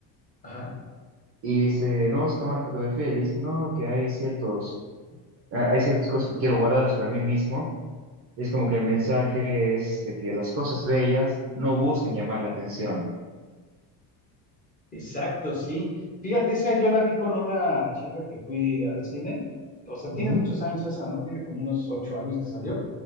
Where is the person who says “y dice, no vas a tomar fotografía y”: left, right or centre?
Right